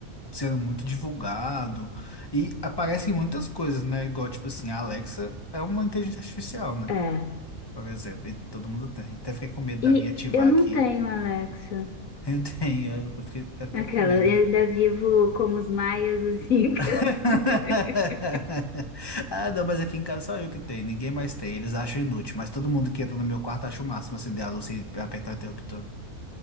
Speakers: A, on the left; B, on the left.
A: sendo muito divulgado e aparecem muitas coisas, né? Igual, tipo assim, a Alexa é uma inteligência artificial, né?
B: É.
A: Por exemplo, e todo mundo tem. Até fiquei com medo da
B: E
A: minha ativar
B: eu não
A: aqui
B: tenho, Alexa.
A: <laughs> Eu tenho, eu fiquei até
B: Aquela,
A: com medo.
B: eu ainda vivo como os maias, os incas.
A: <laughs>
B: <laughs>
A: Ah, não, mas aqui em casa só eu que tenho, ninguém mais tem. Eles acham inútil, mas todo mundo que entra no meu quarto acha o máximo acender a luz e apertar o interruptor.